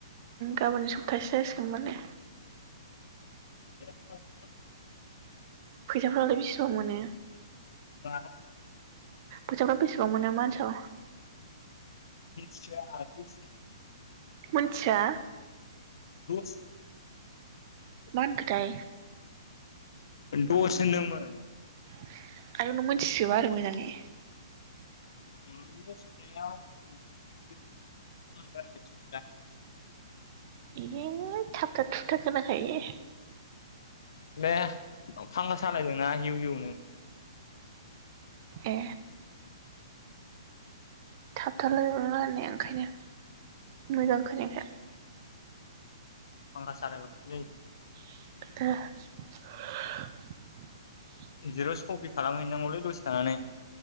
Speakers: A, on the right (about 40°); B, on the left (about 60°).
A: गाबोन सप्तासे जासिगोन मान ने
B: <unintelligible>
A: फैसाफोरालाय बेसेबां मोनो
B: होम
A: फैसाफ्रा बेसेबां मोनो मानसि
B: <unintelligible> <unintelligible>
A: मोनथिया
B: दस
A: मान गथायाय
B: दस होनदोंमोन
A: <unintelligible> <unintelligible>
B: <unintelligible>
A: बेयो थाबथाब थुबथा खोनाखायो
B: बे फांखाा सालायदोंना हिउ हिउ
A: ए थाबथारलायोबलानाया ओंखायनो मोजांखौ खाय
B: फांगा सारायै
A: <unintelligible> <unintelligible>
B: जिर'सो कपि खालामहैनांगौलै लस थानानै